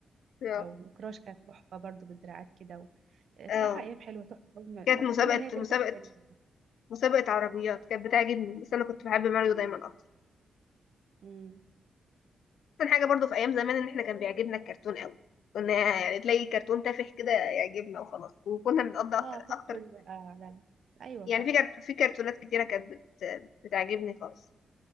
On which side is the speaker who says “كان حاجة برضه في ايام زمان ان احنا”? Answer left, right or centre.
Left